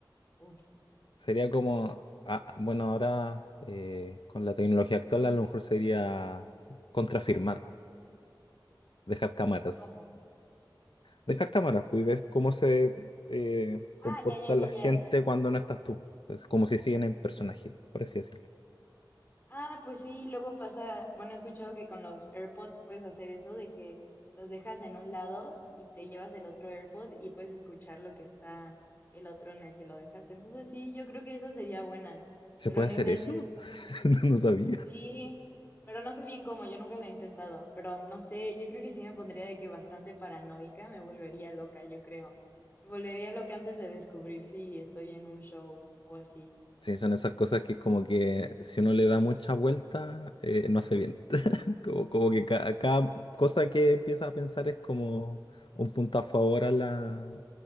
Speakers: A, on the left; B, on the left.
A: Uf,
B: Sería como, ah, bueno, ahora eh, con la tecnología actual a lo mejor sería contrafirmar, dejar cámaras.
A: ¿Cómo?
B: Dejar cámaras, pues, y ver cómo se eh,
A: Ah,
B: comporta
A: ya, ya, ya,
B: la gente
A: ya.
B: cuando no estás tú. Es como si siguen en personaje, por así decirlo.
A: Ah, pues sí, luego pasa, bueno, he escuchado que con los AirPods puedes hacer eso de que los dejas en un lado y te llevas el otro AirPod y puedes escuchar lo que está el otro en el que lo dejaste. Entonces sí, yo creo que esa sería buena,
B: ¿Se
A: pero
B: puede
A: no
B: hacer
A: inventes,
B: eso? <laughs> No, no sabía.
A: sí, pero no sé bien cómo, yo nunca lo he intentado, pero no sé, yo creo que sí me pondría de que bastante paranoica, me volvería loca, yo creo. Me volvería loca antes de descubrir si estoy en un show o así.
B: Sí, son esas cosas que como que si uno le da mucha vuelta, eh, no hace bien. <laughs> Como, como que ca- cada cosa que empieza a pensar es como un punto a favor a la,